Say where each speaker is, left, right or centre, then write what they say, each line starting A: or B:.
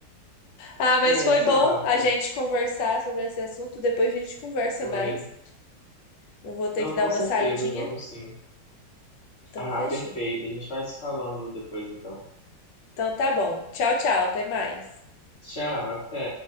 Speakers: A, on the left; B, on the left.
A: Ah, mas
B: é,
A: foi
B: exato.
A: bom a gente conversar sobre esse assunto. Depois a gente conversa
B: Foi.
A: mais. Eu vou ter
B: Não,
A: que dar
B: com
A: uma
B: certeza,
A: saidinha.
B: vamos sim.
A: Então,
B: Ah,
A: fechou.
B: perfeito. A gente vai se falando depois então.
A: Então, tá bom. Tchau, tchau. Até mais.
B: Tchau, até.